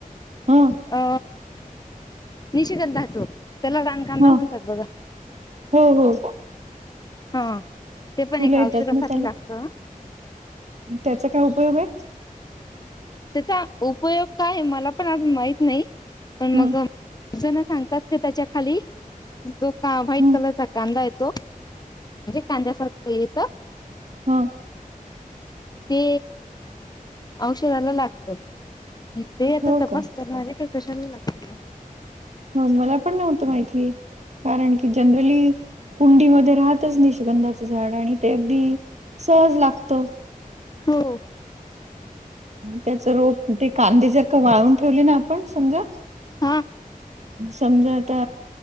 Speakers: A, on the right; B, on the left.
A: हं
B: अ निशीगंधाच त्याला रानकांदा
A: ह
B: म्हणतात बघा
A: हो हो.
B: हा ते पण
A: फुलं
B: ए
A: येतात
B: औषधासाठी
A: ना त्याला
B: लागतं हा.
A: त्याचा काय उपयोग आहे.
B: त्याचा उपयोग काय आहे मला पण अजून माहीत नाही पण
A: हं
B: मग जण सांगतात का त्याच्या खाली जो का व्हाईट
A: हं
B: कलरचा कांदा येतो म्हणजे कांद्यासारख येत
A: ह
B: ते औषधाला लागत आणि ते आता
A: हो
B: तपास
A: का
B: करणारे का कशाला लागत.
A: हो मला पण नव्हतं माहिती कारण की जनरली कुंडीमध्ये राहतच निष्गंधाचं झाड आणि ते अगदी सहज लागत.
B: हो
A: त्याच रोप के कांदीे जर का वाळून ठेवली ना आपण समजा
B: हा
A: समजा आता